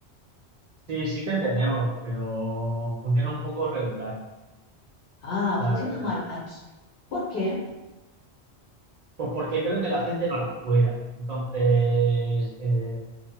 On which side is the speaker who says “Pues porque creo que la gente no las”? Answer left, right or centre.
Right